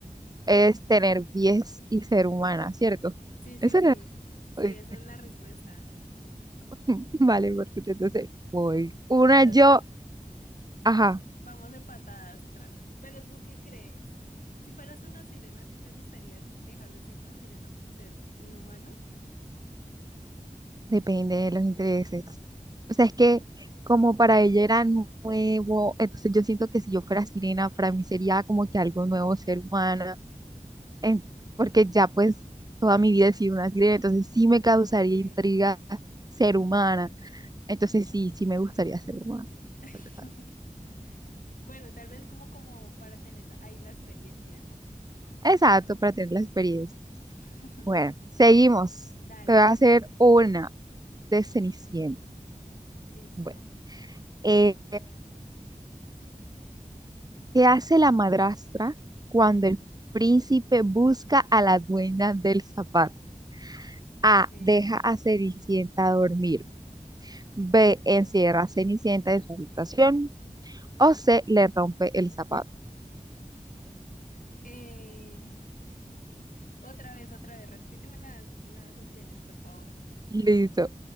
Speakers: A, on the right; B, on the left.
A: Es tener pies y ser humana, ¿cierto?
B: sí, sí,
A: Eso
B: sí.
A: era.
B: Sí,
A: Ok.
B: esa es la respuesta.
A: <laughs> Vale, perfecto. Entonces, voy. Una
B: Pero
A: yo. Ajá.
B: Vamos empatadas otra vez. Pero ¿tú qué crees? Si fueras una sirena, ¿a ti te gustaría dejar de ser una sirena por ser un humano?
A: Depende de los intereses. O sea, es que como para ella era nuevo, entonces yo siento que si yo fuera sirena, para mí sería como que algo nuevo ser humana, en- porque ya pues toda mi vida he sido una sirena, entonces sí me causaría
B: Ok.
A: intriga ser humana. Entonces sí, sí me gustaría ser humana.
B: <laughs>
A: la verdad.
B: Bueno, tal vez como, como para tener ahí la experiencia, ¿no?
A: Exacto, para tener la experiencia.
B: <laughs>
A: Bueno, seguimos.
B: Dale,
A: Te voy a hacer una de Cenicienta.
B: listo.
A: Bueno, eh, ¿Qué hace la madrastra cuando el príncipe busca a la dueña del zapato? A.
B: Ok.
A: Deja a Cenicienta dormir. B. Encierra a Cenicienta en su habitación. O C. Le rompe el zapato.
B: Eh, Otra vez, otra vez, repíteme las, las opciones, por favor.
A: Listo.